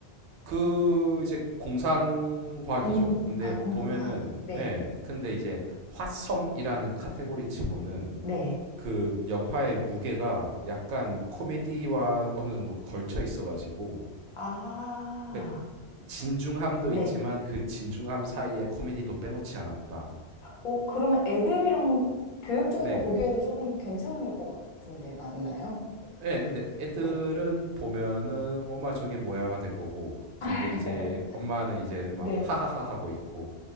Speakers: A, on the right; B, on the left.
A: 그 이제 공상과학이죠.
B: 음,
A: 근데
B: 아, 공상과학.
A: 보면은
B: 네,
A: 예, 근데 이제 화성이라는 카테고리치고는
B: 네.
A: 그 영화의 무게가 약간 코미디와 어느 정도 걸쳐 있어가지고
B: 아,
A: 그 진중함도
B: 네.
A: 있지만 그 진중함 사이에 코미디도 빼놓지 않았다.
B: 어, 그러면 애들이랑 교육적으로
A: 네,
B: 보기에도 조금 괜찮을 것 같은데, 맞나요?
A: 예, 근데 애들은
B: 네,
A: 보면은 엄마 저게 뭐야가 될 거고, 근데
B: <laughs>
A: 이제 엄마는 이제 막
B: 네,
A: 하하하 하고 있고,